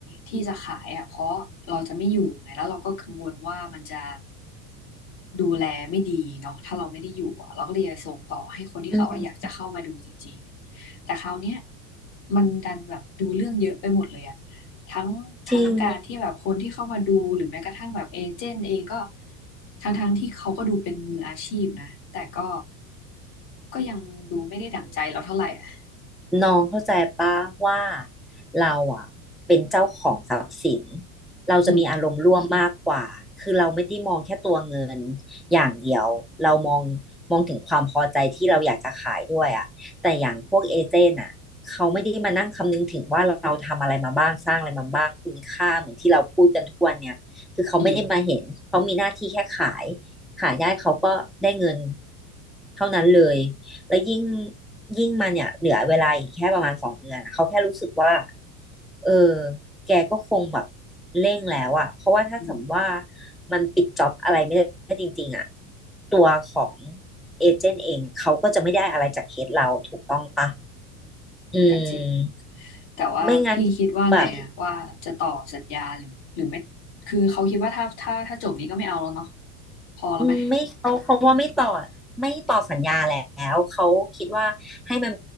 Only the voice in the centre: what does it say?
อืม
จริง
น้องเข้าใจปะว่าเราอ่ะเป็นเจ้าของทรัพย์สินเราจะมีอารมณ์ร่วมมากกว่าคือเราไม่ได้มองแค่ตัวเงิน
อย่างเดียวเรามองมองถึงความพอใจที่เราอยากจะขายด้วยอ่ะแต่อย่างพวกเอเจนต์อ่ะเขาไม่ได้มานั่งคำนึงถึงว่าเราทำอะไรมาบ้างสร้างอะไรมาบ้างคุณค่าเหมือนที่เราพูดกันทุกวันเนี่ยคือเขาไม่ได้มาเห็นเขามีหน้าที่แค่ขาย
ขายได้เขาก็ได้เงินเท่านั้นเลย แล้วยิ่งยิ่งมาเนี่ยเหลือเวลาอีกแค่ประมาณสองเดือนอะเขาแค่รู้สึกว่าเออแกก็คงแบบเร่งแล้วอะเพราะว่าถ้าสมมติว่า
มันปิดจ็อบอะไรไม่ได้จริงๆอะตัวของเอเจนต์เองเขาก็จะไม่ได้อะไรจากเคสเราถูกต้องปะอื
ม
ไม่งั้นแบบ
อืมไม่เขาเขาว่าไม่ต่อไม่ต่อสัญญาแล้วเขาคิดว่าให้มัน